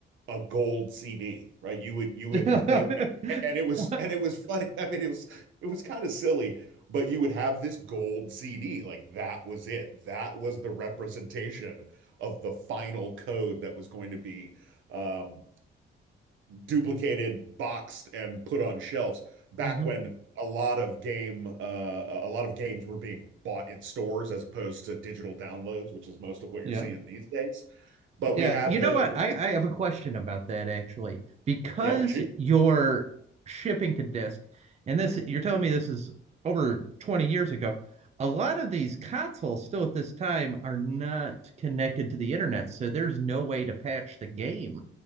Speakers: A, on the right; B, on the right.
A: a gold CD, right? You would you would
B: <laughs>
A: <laughs> they and it was
B: what?
A: and it was funny. <laughs> I mean, it was it was kind of silly, but you would have this gold CD. Like that was it. That was the representation of the final code that was going to be um duplicated, boxed, and put on shelves back
B: hmm
A: when a lot of game uh, a lot of games were being bought in stores as opposed to digital downloads, which is most of what
B: Yeah.
A: you're seeing these days. But
B: Yeah,
A: we had
B: you
A: the
B: know what?
A: we-
B: I, I have a question about that actually. Because
A: yeah, shoot.
B: you're shipping to disk, and this you're telling me this is over 20 years ago, a lot of these consoles still at this time are not connected to the internet, so there's no way to patch the game